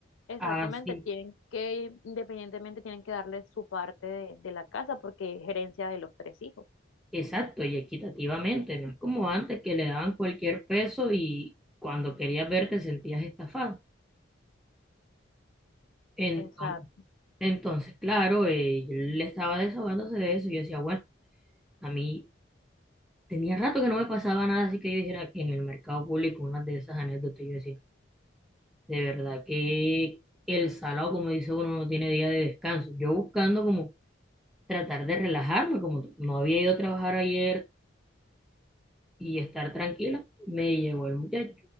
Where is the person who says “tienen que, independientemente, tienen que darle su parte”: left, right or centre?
Left